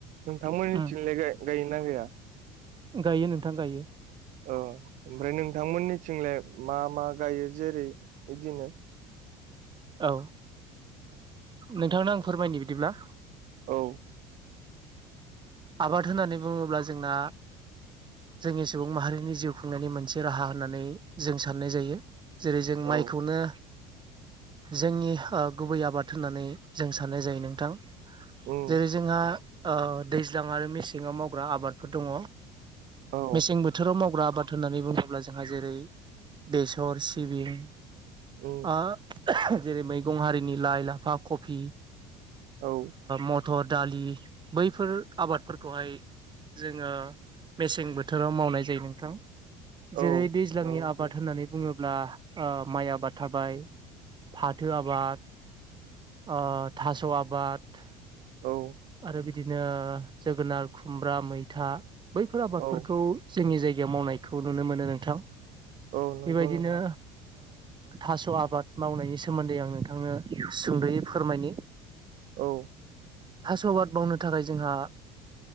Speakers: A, on the right; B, on the right.
A: नोंथांमोननि
B: उम
A: थिंलाय गायो ना गाया
B: गायो नोंथां गायो
A: औ ओमफ्राय नोंथांमोननिथिंलाय मा मा गायो जेरै बिदिनो
B: औ नोंथांनो आं फोरमायनो बिदिब्ला
A: औ
B: आबाद होननानै बुङोब्ला जोंना जोंनि सुबुं माहारिनि जिउ खुंनायनि मोनसे राहा होननानै जों साननाय जायो जेरै जों माइखौनो
A: औ
B: जोंनि गुबै आबाद होननानै जों साननाय जायो नोंथां
A: उम
B: जेरै जोंहा दैज्लां आरो मेसेङाव मावग्रा आबादफोर दङ
A: औ
B: मेसें बोथोराव मावग्रा आबाद होननानै बुङोब्ला जोंहा जेरै बेसर सिबिं
A: औ
B: ओ जेरै मैगं हारिनि लाइ लाफा कफि
A: औ
B: मथर दालि बैफोर आबादफोरखौहाय जोङो मेसें बोथोराव मावनाय जायो नोंथां जेरै
A: औ
B: दैज्लांनि
A: नंगौ
B: आबाद होननानै बुङोब्ला माइ आबाद थाबाय फाथो आबाद आ थास' आबाद
A: औ
B: आरो बिदिनो जोगोनार खुमब्रा मैथा बैफोर आबादफोरखौ
A: औ
B: जोंनि जायगायाव मावनायखौ नुनो मोनो नोंथां
A: औ नंगौ
B: बेबायदिनो
A: नोंथां
B: थास' आ आबाद मावनायनि सोमोन्दै आं नोंथांनो सुंद'यै फोरमायनि
A: औ
B: थास' आबाद मावनो थाखाय जोंहा